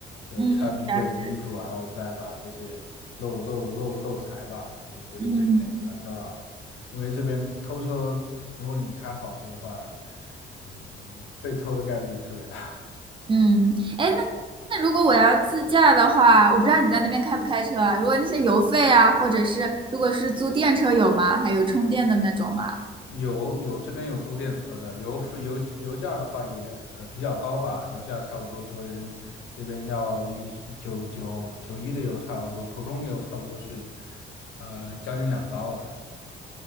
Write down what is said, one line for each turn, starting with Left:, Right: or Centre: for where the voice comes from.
Left: 呃，
Right: 嗯，
Left: 穿名贵的衣服，
Right: 了解，
Left: 然后再把这些漏漏漏漏财吧，我觉得这一点是蛮重要的。
Right: 嗯。
Left: 因为这边偷车，如果你开好车的话，嗯，被偷的概率特别大。
Right: 嗯，哎，那那如果我要自驾的话，我不知道你在那边开不开车啊？如果那些油费啊，或者是如果是租电车有吗？还有充电的那种吗？
Left: <laughs> 有有这边有租电车的，油费油油价的话也呃比较高吧，油价差不多折人这边要一九九九一的油差不多，普通油差不多是呃将近两刀了。